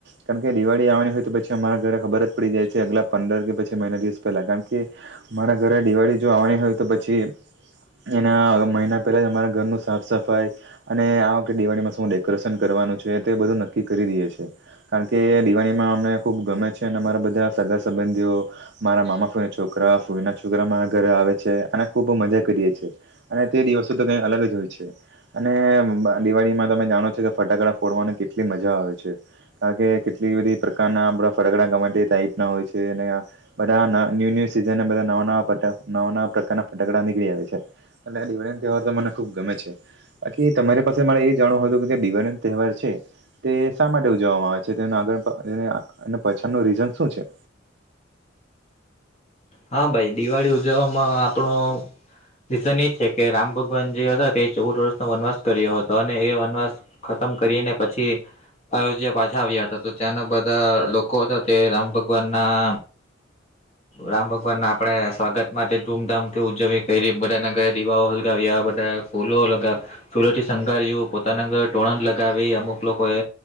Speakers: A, on the right; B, on the left.
A: કારણ કે દિવાળી આવવાની હોય તો પછી અમારા ઘરે ખબર જ પડી જાય છે. આગલા પંદર કે પછી મહિના દિવસ પહેલાં કારણ કે, અમારા ઘરે દિવાળી જો આવવાની હોય તો પછી એના મહિના પહેલાં જ અમારા ઘરનું સાફ સફાઈ અને આ વખતે દિવાળીમાં શું હું ડેકોરેશન કરવાનું છ છે, એ તો એ બધું નક્કી કરી દઈએ કારણ કે દિવાળીમાં અમને ખૂબ ગમે છે. અને મારા બધા સગા સંબંધીઓ મારા મામા, ફૂઈના છોકરા ફૂઈના છોકરા મારા ઘરે આવે છે. અને ખૂબ મજા કરીએ છેએ અને તે દિવસો તો કંઈ અલગ જ હોય છે. અને દિવાળીમાં તમે જાણો છો કે ફટાકડા ફોડવાની કેટલી મજા આવે છે. કારણ કે કેટલી બધી પ્રકાર ના આપ ફટકડા <inaudible> ટાઈપ ના હોય છે. અને બધા ન્યૂ ન્યૂ સીઝન બધા નવા નવા પ્રકારના ફટકડા નીકળી આવે છે. એટલે આ દિવાળી નો તહેવાર તો મને ખુબ ગમે છે. બાકી તમારી પાસે મારે એ જાણવું હતું કે જે દિવાળી નો તહેવાર છે તે શા માટે ઉજવવામાં આવે છે? તે આગળ અને પાછળ નું રીઝન શું છે?
B: હા, ભાઈ દિવાળી ઉજવવામાં આપણો રિઝન એજ છે કે, રામ ભગવાન જે હતા તે ચૌદ વર્ષનો વનવાસ કર્યો હતો, અને એ વનવાસ ખતમ કરીને પછી આયોધ્યા પાછા આવ્યા હતા, તો ત્યાંના બધા લોકો હતા તે રામ ભગવાનના, રામ ભગવાનને આપણે સ્વાગત માટે ધૂમધામથી ઉજવી કઈ રી બધાના ઘરે દીવાઓ હલગાવ્યા બધા ફૂલો લગાવ ફૂલોથી શંગાર્યું, પોતાના ઘરે ટોણણ લગાવી, અમુક લોકોએ